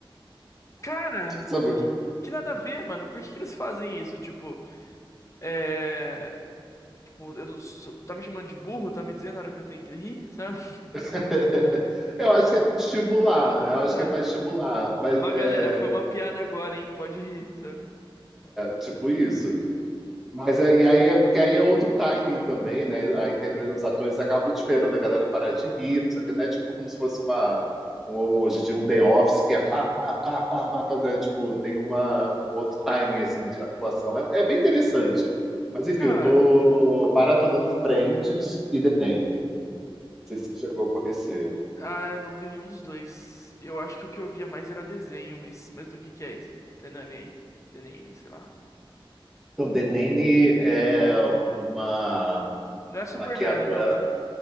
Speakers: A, on the left (about 35°); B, in the centre.
A: Cara,
B: <laughs> sabe?
A: que, que nada a ver, mano. Por que que eles fazem isso? Tipo, é... Tipo, eu não sou... Tá me chamando de burro? Tá me dizendo na hora que eu tenho que rir, sabe?
B: <laughs> Eu acho que é para estimular, eu acho
A: Ah.
B: que é para estimular, mas
A: Ó,
B: é,
A: galera, foi uma piada agora, hein? Pode rir, sabe?
B: Tipo isso. Mas é, e aí é porque aí é outro timing também, né? A interpreta, os atores acabam esperando a galera parar de rir, não sei o que, né? Tipo como se fosse uma um- hoje em dia um The Office que é pá, pá, pá, pá, pá, pá, né? Tipo, tem uma, um outro timing assim, de atuação. É, é bem interessante. Mas enfim,
A: Cara...
B: eu tô maratonando Friends e The Nanny. Não sei se você chegou a conhecer.
A: Ah, eu não vi nenhum dos dois. Eu acho que o que eu via mais era desenho, mas, mas do que que é isso? Tenani aí. Tenani, sei lá.
B: Então, The Nanny é uma
A: Não é Super
B: maquiadora,
A: Nani, não, né?